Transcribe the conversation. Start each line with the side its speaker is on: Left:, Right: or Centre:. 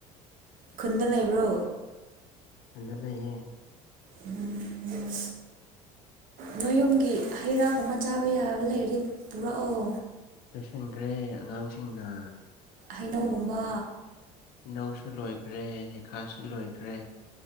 Right: ꯈꯨꯟꯗ ꯂꯩꯕ꯭ꯔꯣ
Left: ꯑ ꯅꯥꯛꯅꯩꯌꯦ
Right: ꯎꯝ ꯎꯝ ꯅꯣꯏ ꯌꯨꯝꯒꯤ ꯍꯩ ꯔꯥꯒꯨꯝꯕ ꯆꯥꯕ ꯌꯥꯕ ꯂꯩꯔꯤ ꯄꯨꯔꯛꯑꯣ
Left: ꯂꯣꯏꯁꯤꯟꯈ꯭ꯔꯦ ꯑꯉꯥꯡꯁꯤꯡꯅ
Right: ꯍꯩꯅꯧꯒꯨꯝꯕ
Left: ꯍꯩꯅꯧꯁꯨ ꯂꯣꯏꯈ꯭ꯔꯦ ꯍꯩꯈꯥꯁꯨ ꯂꯣꯏꯈ꯭ꯔꯦ